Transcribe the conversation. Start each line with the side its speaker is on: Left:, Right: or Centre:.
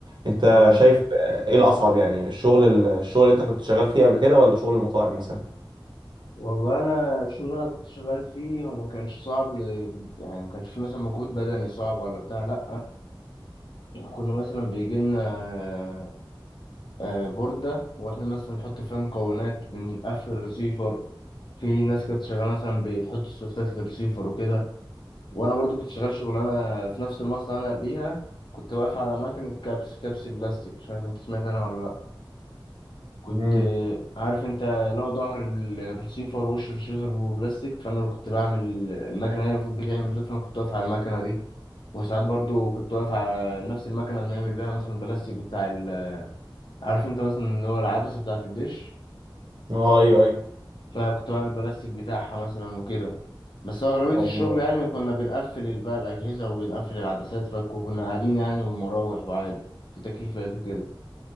Right: انت
Left: اه
Right: شايف آه، ايه الاصعب يعني الشغل الشغل اللي انت كنت شغال فيه قبل كده ولا شغل المطاعم مثلا
Left: والله انا الشغل اللي انا كنت شغال فيه هو ما كانش صعب ل- يعني ما كانش فيه مثلا مجهود بدني صعب ولا بتاع لا يعني كنا مثلا بيجي لنا آه، آه، بوردة واحنا مثلا نحط فيها مكونات بنقفل الريسيفر في ناس كانت شغالة مثلا بتحط السوفتات للريسيفر وكده وأنا برضو كنت شغال شغلانة في نفس المصنع أنا قبليها كنت واقف على مكنة كبس كبس بلاستيك مش عارف أنت سمعت عنها ولا لأ كنت
Right: امم
Left: آه، عارف أنت لو ظهر الريسيفر وش الريسيفر هو بلاستيك فأنا اللي كنت بعمل المكنة هي المفروض بتعمل ده فأنا كنت واقف على المكنة دي وساعات برضو كنت واقف على نفس المكنة بنعمل بيها مثلا البلاستيك بتاع ال عارف انت مثلا اللي هو العدسة بتاعة الدش
Right: اه ايوه ايوه
Left: فكنت بعمل بلاستيك بتاعها مثلا وكده بس هو أغلبية
Right: الله
Left: الشغل يعني كنا بنقفل بقى الأجهزة وبنقفل العدسات فكنا قاعدين يعني ومراوح وعادي في تكييفات وكده